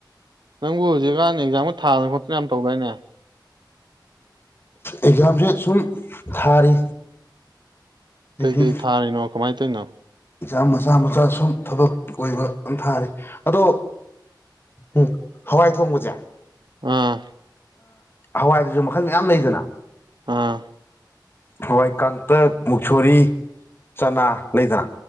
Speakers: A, on the right (about 70°); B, on the left (about 30°).
A: ꯅꯪꯕꯨ ꯍꯧꯖꯤꯛꯀꯥꯟ ꯑꯦꯛꯖꯥꯝꯒ ꯊꯥꯗꯅ ꯈꯣꯠꯇꯅ ꯌꯥꯝ ꯇꯧꯗꯥꯏꯅꯦ
B: ꯑꯦꯛꯖꯥꯝꯁꯦ ꯁꯨꯝ ꯊꯥꯔꯤ ꯍꯥꯏꯗꯤ
A: ꯀꯩ ꯀꯩ ꯊꯥꯔꯤꯅꯣ ꯀꯃꯥꯏ ꯇꯣꯏꯅꯣ
B: ꯑꯦꯛꯖꯥꯝ ꯃꯆꯥ ꯃꯆꯥ ꯁꯨꯝ ꯊꯕꯛ ꯑꯣꯏꯕ ꯑꯃꯝ ꯊꯥꯔꯤ ꯑꯗꯣ ꯎ ꯍꯋꯥꯏ ꯊꯣꯡꯕꯁꯦ
A: ꯎꯝ
B: ꯍꯋꯥꯏꯗꯨꯁꯨ ꯃꯈꯜ ꯃꯌꯥꯝ ꯂꯩꯗꯅ
A: ꯑꯝ
B: ꯍꯋꯥꯏ ꯀꯥꯡꯇꯛ ꯃꯨꯛꯁꯣꯔꯤ ꯆꯅꯥ ꯂꯩꯗꯅ